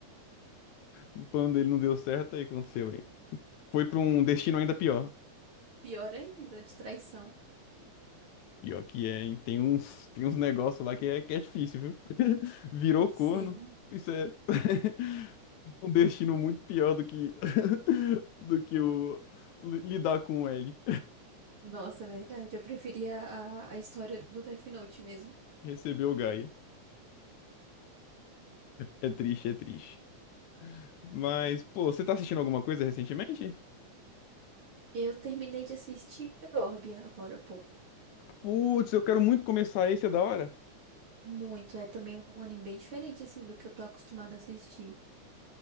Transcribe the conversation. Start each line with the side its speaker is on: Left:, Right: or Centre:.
Left: O plano dele não deu certo, aí o que aconteceu, aí? Foi pra um destino ainda pior.
Right: Pior ainda, de traição.
Left: Pior que é, hein? Tem uns, tem uns negócios lá que é, que é difícil, viu? Virou
Right: Sim.
Left: corno. Isso é <laughs> um destino muito pior do que <laughs> do que o li- lidar com o L.
Right: Nossa, é verdade. Eu preferia a, a história do Death Note mesmo.
Left: <laughs> Recebeu o Gaia. É triste, é triste. Mas, pô, você tá assistindo alguma coisa recentemente?
Right: Eu terminei de assistir Orbia agora há pouco.
Left: Putz, eu quero muito começar esse, é da hora.
Right: Muito. É também um anime bem diferente, assim, do que eu tô acostumada a assistir.